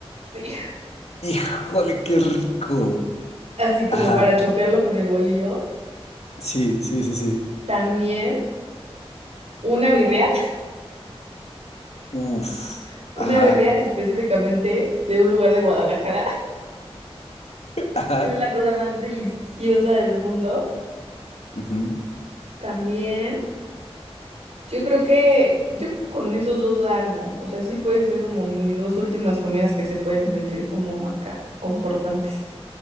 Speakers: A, on the right; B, on the left.
A: sí.
B: ¡Híjole, qué rico!
A: Así como
B: Ajá,
A: para chopearlo con el bolillo.
B: sí, sí, sí, sí.
A: También una birria,
B: Uf,
A: <laughs> una
B: ajá,
A: birria específicamente de un lugar de Guadalajara, <laughs>
B: ajá.
A: que es la cosa más deliciosa del mundo.
B: ujú.
A: También, yo creo que yo con esos dos la armo. O sea, sí pueden ser como mis dos últimas comidas que se pueden sentir como acá, confortantes.